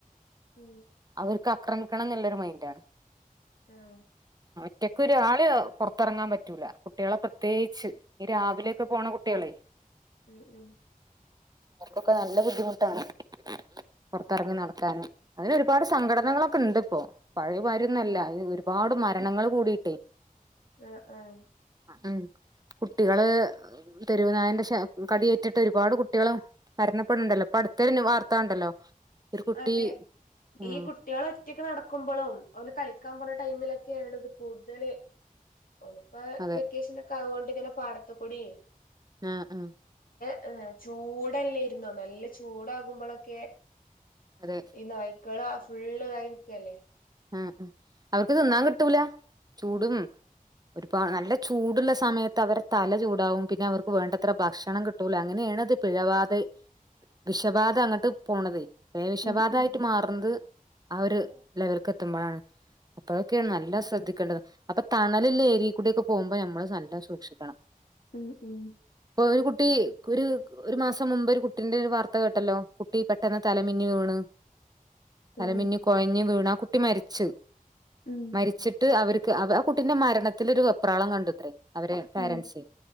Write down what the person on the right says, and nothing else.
ഓൽക്ക് ആക്രമിക്കണം എന്നുല്ലരു മൈൻഡ് ആണ്.
റ്റയ്ക്ക് ഒരാളിം പുറത്തെറങ്ങാൻ പറ്റൂല കുട്ടിയേളെ പ്രത്യേകിച്ച്. ഈ രാവിലെയൊക്കെ പോണ കുട്ടിയേളെ.
ഓര്ക്കൊക്കെ നല്ല ബുദ്ധിമുട്ടാണ്. പുറത്തിറങ്ങി നടക്കാന്. അതിനൊരു പാട് സംഘടനകളൊക്കെ ഇണ്ട് ഇപ്പോ. പഴയ മാര്യൊന്നല്ല ഒരുപാട് മരണങ്ങൾ കൂടിയിട്ടേ
ഉം കുട്ടികള് തെരുവുനായന്റെ ശ കടിയേറ്റിട്ട് ഒരുപാട് കുട്ടികൾ മരണപ്പെട്ണ്ടല്ലോ. ഇപ്പട്ത്തൊര് വാർത്ത കണ്ടല്ലോ ഒരു കുട്ടി
ആ
അതെ
ആ ആ
അതെ
ങ് ങ് അവർക്ക് തിന്നാൻ കിട്ടൂല. ചൂടും
ഒരുപാ നല്ല ചൂടുള്ള സമയത്ത് അവരെ തല ചൂടാവും. പിന്നെ അവർക്ക് വേണ്ടത്ര ഭക്ഷണം കിട്ടൂല. അങ്ങനെയണത് പിഴബാധേ വിഷബാധ അങ്ങോട്ട് പോണതേയ് പേ വിഷബാധ
ആയിട്ട് മാറണത് ആ ഒരു ലെവൽക്ക് എത്ത് ത്തുമ്മാണ്. അപ്പോഴൊക്കെയാണ് നല്ലോ ശ്രദ്ധിക്കേണ്ടത്. അപ്പ തണലുള്ള ഏരിയക്കൂടി ഒക്കെ പോകുമ്പോ നമ്മള് നല്ലോ സൂക്ഷിക്കണം.
ഇപ്പൊ ഒരു കുട്ടി ഒര് ഒരുമാസം മുമ്പേ ഒരു കുട്ടിന്റെ ഒരു വാർത്ത കേട്ടല്ലോ. കുട്ടി പെട്ടന്ന് തലമിന്നി വീണ്.
തലമിന്നി കൊഴഞ്ഞ് വീണ ട്ടി മരിച്ചു.
മരിച്ചിട്ട് അവര് അവ ആ കുട്ടിന്റെ മരണത്തില് ഒര് വെപ്രാളം കണ്ടുത്രേ. അവരേ പാരൻസേ.